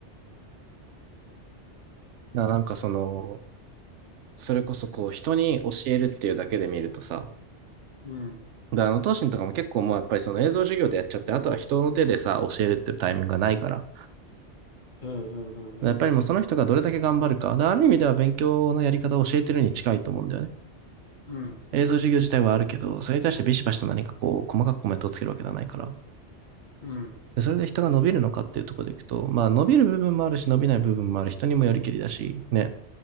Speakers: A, on the right; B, on the left.
A: な、なんかその、それこそこう、人に教えるっていうだけで見るとさ、
B: うん。
A: だからあの、東進とかも結構もうやっぱりその映像授業でやっちゃって、あとは人の手でさ、教えるっていうタイミングがないから、
B: うんうんうん
A: やっぱりもうその人がどれだけ頑張るか。だからある意味では勉強のやり方を教えてるに近いと思うんだよね。
B: うん。
A: 映像授業自体はあるけど、それに対してビシバシと何かこう、細かくコメントをつけるわけではないから。
B: うん。
A: で、それで人が伸びるのかっていうところでいくと、まあ伸びる部分もあるし、伸びない部分もある人にもよりけりだし、ね。